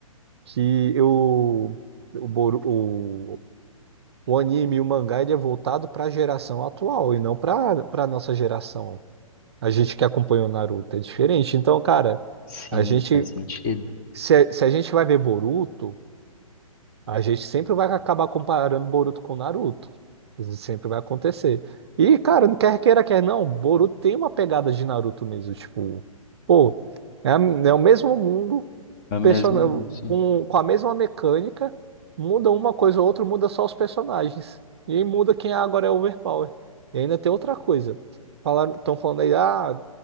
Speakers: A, on the right; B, on the left.
A: que eu, o, Boru- o anime e o mangá ele é voltado para a geração atual e não para para nossa geração. A gente que acompanha o Naruto é diferente. Então, cara,
B: Sim,
A: a gente
B: faz sentido.
A: se, a- se a gente vai ver Boruto, a gente sempre vai acabar comparando Boruto com Naruto. Isso sempre vai acontecer. E, cara, não quer queira, quer não, Boruto tem uma pegada de Naruto mesmo, tipo, pô, é, a- é o mesmo mundo,
B: É mesmo,
A: person...
B: sim.
A: com, com a mesma mecânica, muda uma coisa ou outra, muda só os personagens. E aí muda quem agora é overpower. E ainda tem outra coisa. Falaram, estão falando aí, ah,